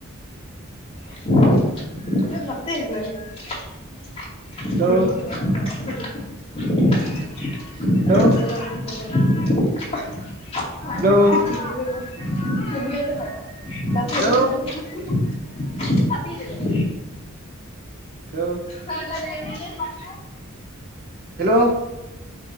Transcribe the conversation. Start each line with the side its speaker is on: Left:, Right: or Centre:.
Left: <inaudible> <inaudible>
Right: হেল্ল' হেল্ল'
Left: <inaudible>
Right: হেল্ল'
Left: <inaudible>
Right: হেল্ল' হেল্ল'।
Left: <inaudible>
Right: হেল্ল'।